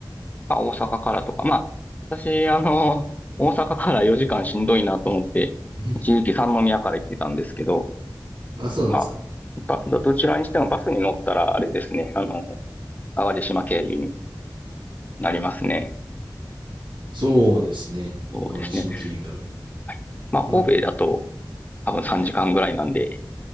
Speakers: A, on the left; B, on the right.
A: まあ、大阪からとか、まあ、私、あの、大阪から4時間しんどいなと思って、
B: <laughs>
A: 一時期三宮から行ってたんですけど、
B: あ、そうなんですか。
A: まあ、どどちらにしてもバスに乗ったら、あれですね、あの、淡路島経由になりますね。
B: そうですね。
A: そうですね。
B: 淡路島経由になるね。
A: はい。まあ、
B: うん
A: 神戸だと多分3時間ぐらいなんで、